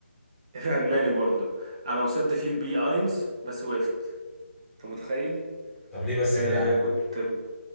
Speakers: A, on the right; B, in the centre.
A: <laughs> الألماني برضه أنا وصلت فيه البي اينز بس وقفت أنت متخيل
B: طب ليه بس
A: آه
B: كده يا عم؟
A: كنت